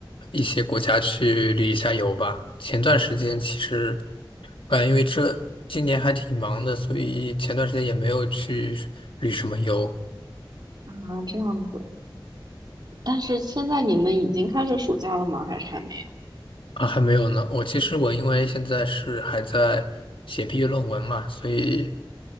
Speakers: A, on the left (about 75°); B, on the right (about 55°).
A: 一些国家去旅一下游吧。前段时间其实，呃，因为这今年还挺忙的，所以前段时间也没有去旅什么游
B: 啊，这样子，但是现在你们已经开始暑假了吗？还是还没有？
A: 啊，还没有呢。我其实我因为现在是还在写毕业论文嘛，所以